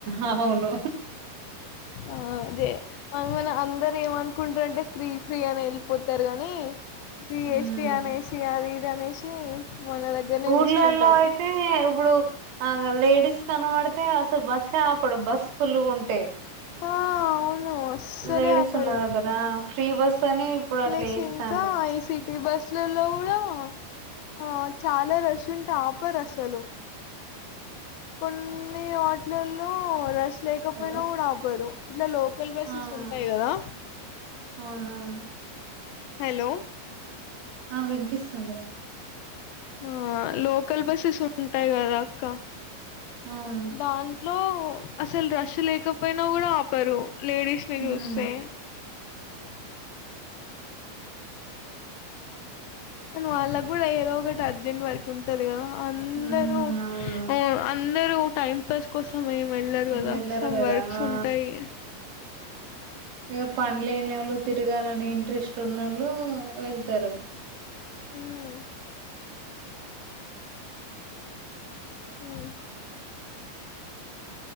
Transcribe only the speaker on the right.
అవును
హ్మ్.
ఊర్లలలో
అయితే ఇబ్బుడు. ఆగొ లేడీస్ కనపడితే అసలు బసే ఆపడు బసు ఫుల్ గుంటే.
లేడీస్
ఉన్న దగ్గర ఫ్రీ బస్ అని ఇప్పుడు అట్లా
చేస్తాన్రు.
హలో!
ఆ!
అవునవును.
ఆ వినిపిస్తుందిరా
అవును
హ్మ్.
హ్మ్. అవును.
వెళ్ళరు
గదా!
ఆ!
ఏ పన్ లేనోళ్ళు తిరగాలని ఇంట్రెస్ట్ ఉన్నళ్ళు వెళ్తారు.